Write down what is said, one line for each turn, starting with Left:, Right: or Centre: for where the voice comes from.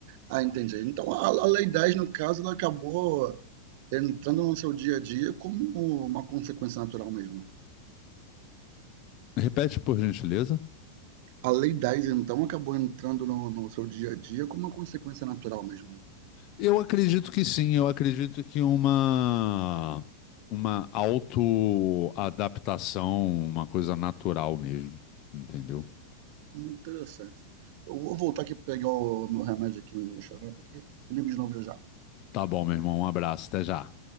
Right: Ah, entendi. Então a a Lei 10, no caso, ela acabou entrando no seu dia a dia como uma consequência natural mesmo, né.
Left: Repete, por gentileza.
Right: A Lei 10, então, acabou entrando no no seu dia a dia como uma consequência natural mesmo, né.
Left: Eu acredito que sim, eu acredito que uma uma autoadaptação, uma coisa natural mesmo, entendeu?
Right: Muito interessante. Eu vou voltar aqui para pegar o meu remédio aqui, no meu xarope aqui. Te ligo de novo já já.
Left: Tá bom, meu irmão, um abraço, até já.